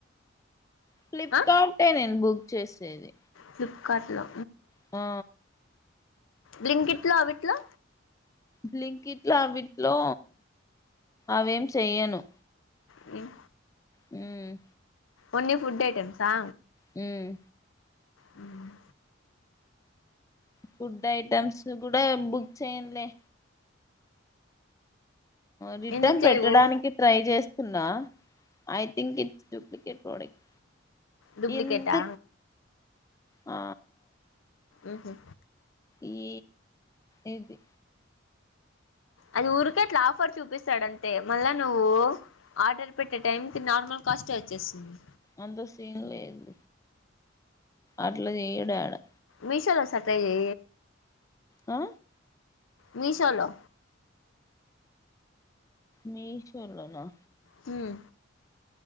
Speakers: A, on the left; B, on the left.
A: ఫ్లిప్
B: ఆ
A: కార్టే నేను బుక్ చేసేది
B: ఫ్లిప్కార్ట్లో
A: ఆ
B: బ్రింక్ ఇట్లా అవిట్లా
A: బ్లింక్ ఇట్లా అవిట్లో అవేం చెయ్యను
B: మ్మ్
A: హ్మ్
B: ఉన్ని ఫుడ్ ఐటెమ్ సా
A: మ్మ్
B: మ్మ్
A: ఫుడ్ ఐటమ్స్ కూడా బుక్ చేయ్యంలే రిటర్న్
B: ఎందుకు చేయవు
A: పెట్టడానికి ట్రై చేస్తున్నా I think it's duplicate product
B: డూప్లికేటా
A: ఇందు ఆ
B: ఉహు
A: ఈ ఇది
B: అది ఊరికే అట్లా ఆఫర్ చూపిస్తాడంతే మళ్ళా నువ్వు ఆర్డర్ పెట్టే టైం ఇది నార్మల్ కాస్టే వచ్చేసింది
A: అంత సీన్ లేదు అట్లా చేయుడేడా
B: మీ షోల సట్ట చే
A: ఆ
B: మీషోలో
A: మీషోలోనా
B: హ్మ్